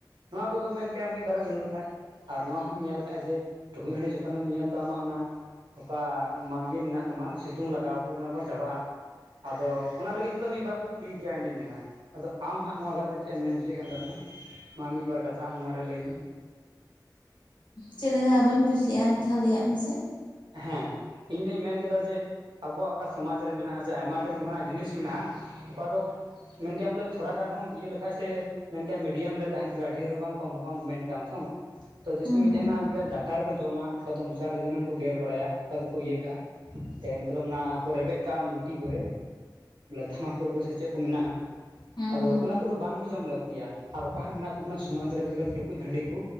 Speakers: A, on the right; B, on the left.
A: ᱱᱚᱣᱟ ᱠᱚᱫᱚᱢ ᱢᱮᱱ ᱠᱮᱭᱟ ᱢᱤᱫ ᱵᱟᱨᱮᱢ ᱧᱩ ᱞᱮᱠᱷᱟᱭᱡ ᱟᱨ ᱱᱚᱣᱟ ᱦᱚᱸᱧ ᱧᱮᱞ ᱟᱠᱟᱟᱜᱼᱟ ᱡᱮ ᱴᱩᱠᱩᱡ ᱦᱸᱱᱰᱤ ᱡᱚᱠᱷᱚᱱᱮᱢ ᱧᱩᱭᱟ ᱛᱚ ᱟᱢᱟᱜ ᱚᱱᱟ ᱚᱠᱟ ᱢᱟᱭᱟᱹ ᱢᱮᱱᱟᱜ ᱛᱟᱢᱟ ᱥᱤᱛᱩᱝ ᱞᱟᱜᱟᱣ ᱟᱠᱚ ᱚᱱᱟ ᱠᱚᱦᱚᱸ ᱪᱟᱵᱟᱜᱼᱟ ᱟᱫᱚ ᱚᱱᱟ ᱞᱟᱹᱜᱤᱫ ᱛᱮᱫᱚ ᱢᱤᱫ ᱵᱟᱨ ᱫᱚ ᱴᱷᱤᱠ ᱜᱮᱭᱟ ᱤᱧᱫᱩᱧ ᱢᱮᱱᱟ ᱟᱫᱚ ᱟᱢ ᱦᱟᱸᱜ ᱱᱚᱣᱟ ᱵᱟᱨᱮᱛᱮ ᱪᱮᱫ ᱮᱢ ᱢᱮᱱ ᱚᱪᱚᱭᱮᱫ ᱠᱟᱱ ᱛᱟᱞᱟᱝᱟ ᱢᱟ ᱢᱤᱫ ᱵᱟᱨ ᱠᱟᱛᱷᱟ ᱟᱢ ᱱᱚᱣᱟ ᱨᱮ ᱞᱟᱹᱭᱢᱮ
B: ᱪᱮᱫ ᱞᱮᱠᱟ ᱵᱟᱹᱧ ᱵᱩᱡᱞᱮᱜᱼᱟ ᱢᱤᱫ ᱫᱷᱟᱣ ᱞᱟᱹᱭᱟᱜ ᱢᱮᱥᱮ
A: ᱦᱮᱸ ᱤᱧ ᱫᱩᱧ ᱢᱮᱱ ᱠᱮᱫᱟ ᱡᱮ ᱟᱵᱚᱣᱟᱜ ᱚᱠᱟ ᱥᱚᱢᱟᱡᱽ ᱨᱮ ᱢᱮᱱᱟᱜᱼᱟ ᱡᱮ ᱟᱭᱢᱟ ᱰᱷᱮᱨ ᱚᱱᱠᱟᱱᱟᱜ ᱡᱤᱱᱤᱥ ᱢᱮᱱᱟᱜᱼᱟ ᱚᱠᱟ ᱫᱚ ᱢᱮᱱ ᱠᱮᱭᱟᱢ ᱵᱚᱞᱮ ᱛᱷᱚᱲᱟ ᱜᱟᱱ ᱦᱚᱢ ᱤᱭᱟᱹ ᱞᱮᱠᱷᱟᱡ ᱥᱮ ᱢᱮᱱᱠᱮᱭᱟᱢ ᱢᱤᱰᱤᱭᱟᱢ ᱨᱮ ᱛᱟᱦᱮᱱ ᱨ ᱰᱷᱮᱨ ᱦᱚᱸ ᱵᱟᱝ ᱠᱚᱢᱦᱚ ᱵᱟᱝ ᱢᱮᱱ ᱠᱮᱭᱟᱢ ᱛᱷᱚᱝ ᱛᱚ ᱡᱮᱭᱥᱮ
B: ᱦᱩᱸ
A: ᱢᱤᱫᱴᱮᱱ
B: ᱦᱩᱸ
A: ᱟᱜ ᱵᱚᱞᱮ ᱰᱟᱴᱟ ᱨᱮᱠᱚ ᱡᱚᱢᱟ ᱚᱠᱟ ᱫᱚ ᱢᱚᱪᱟ ᱨᱮ ᱠᱚ ᱜᱮᱨ ᱵᱟᱲᱟᱭᱟ ᱚᱠᱟ ᱫᱚᱠᱚ ᱤᱭᱟᱹ ᱠᱟᱜᱼᱟ ᱢᱚᱛᱞᱚᱵ ᱚᱱᱟ ᱠᱚ ᱨᱮᱵᱮᱫ ᱠᱟᱜᱼᱟ ᱞᱩᱴᱤ ᱠᱚᱨᱮ ᱵᱚᱞᱮ ᱛᱷᱟᱢᱟᱠᱩᱨ ᱠᱚ ᱥᱮ ᱪᱮᱫ ᱠᱚ ᱢᱮᱱᱟᱜᱼᱟ
B: ᱦᱩᱸ
A: ᱟᱫᱚ
B: ᱦᱩᱸ
A: ᱚᱱᱟ ᱠᱚᱫᱚ ᱵᱟᱝᱜᱮ ᱡᱚᱢ ᱞᱟᱹᱠᱛᱤ ᱛᱤᱭᱟ ᱟᱨ ᱚᱠᱟ ᱦᱜ ᱢᱮᱱᱟᱜ ᱛᱟᱵᱚᱱᱟ ᱥᱚᱢᱟᱡᱽ ᱨᱮ ᱵᱚᱞᱮ ᱴᱩᱠᱩᱡ ᱦᱟᱺᱰᱤ ᱠᱚ